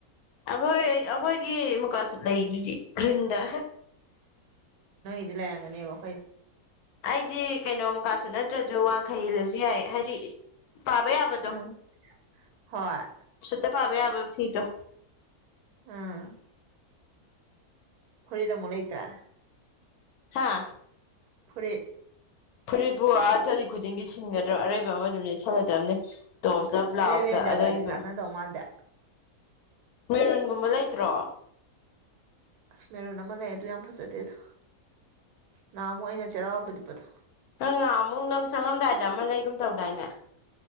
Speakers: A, on the left; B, on the right.
A: ꯑꯩꯈꯣꯏ ꯑꯩꯈꯣꯏꯒꯤ ꯃꯨꯛꯀꯥꯁꯨꯠ ꯂꯩꯔꯤꯗꯨꯗꯤ ꯒ꯭ꯔꯤꯟꯗ
B: ꯂ ꯂꯩꯥꯔꯝꯒꯅꯤꯕꯣ
A: ꯑꯩꯗꯤ ꯀꯩꯅꯣꯝ ꯃꯨꯀꯥ ꯁꯨꯠ ꯅꯠꯇ꯭ꯔꯁꯨ ꯋꯥꯡꯈꯩ ꯐꯤ ꯏꯜꯂꯁꯨ ꯌꯥꯏ ꯍꯥꯏꯗꯤ ꯄꯥꯕ ꯌꯥꯕꯗꯣ
B: ꯎꯝ ꯍꯣꯏ
A: ꯁꯇ ꯄꯥꯕ ꯌꯥꯕ ꯐꯤꯗꯣ
B: ꯑꯝ ꯐꯨꯔꯤꯠ ꯑꯃꯨꯛ ꯂꯩꯇ꯭ꯔꯥ
A: ꯍꯥꯥ
B: ꯐꯨꯔꯤꯠ
A: ꯐꯨꯔꯤꯠꯄꯨ ꯑꯥ ꯆꯠꯂꯤ ꯈꯨꯗꯤꯡꯒꯤ ꯁꯤꯟꯒꯗ꯭ꯔꯣ ꯑꯔꯩꯕ ꯑꯃꯗꯨꯝ ꯂꯤꯠꯁꯜꯒꯗꯕꯅꯤ ꯇꯣꯞꯁ ꯕ꯭ꯂꯥꯎꯁ
B: ꯂꯦꯕꯦꯟꯗꯔꯒꯗꯤ
A: ꯑꯔꯩꯕ
B: ꯆꯥꯟꯅꯗꯧ ꯃꯥꯟꯗꯦ
A: ꯃꯦꯔꯨꯟꯒꯨꯝꯕ ꯂꯩꯇ꯭ꯔꯣ
B: ꯑꯁꯃꯦꯦꯔꯨꯟ ꯑꯃ ꯂꯩ ꯑꯗꯨꯗ ꯌꯥꯝ ꯐꯖꯗꯦꯗ ꯅꯍꯥꯟꯃꯨꯛ ꯑꯩꯅ ꯆꯩꯔꯥꯎꯕꯗ ꯂꯤꯠꯄꯗꯣ
A: ꯅꯪ ꯉ ꯑꯃꯨꯛ ꯅꯪ ꯁꯪꯉꯝꯗꯥꯏꯗ ꯑꯃ ꯂꯩꯒꯨꯝ ꯇꯧꯗꯥꯏꯅꯦ